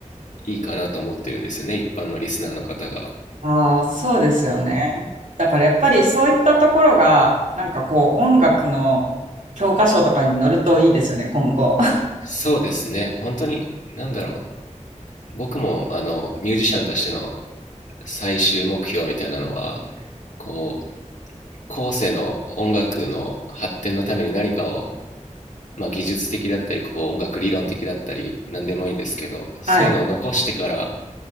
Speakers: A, on the left (about 75°); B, on the right (about 75°).
A: いいかなと思ってるんですよね一般のリスナーの方が。
B: ああ、そうですよね。
A: うん、
B: だからやっぱりそういったところが、なんかこう、音楽の教科書とかに載るといいですよね、今後。<laughs>
A: そうですね本当に何だろう僕もあのミュージシャンとしての最終目標みたいなのはこう後世の音楽の発展のために何かを、まあ、技術的だったりこう音楽理論的だったり何でもいいんですけどそういうのを残してから
B: はい。